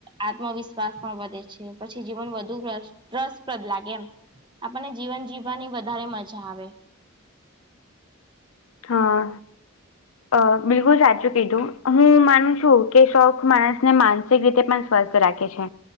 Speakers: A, on the right (about 20°); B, on the left (about 75°).
A: આત્મવિશ્વાસ પણ વધે છે પછી જીવન વધુ ભ્રષ્ટ રસપ્રદ લાગે એમ આપણને જીવન જીવવાની વધારે મજા આવે
B: હા. અ બિલકુલ સાચું કીધું હું માનું છું કે શોખ માણસ ને માનસિક રીતે પણ સ્વસ્થ રાખે છે.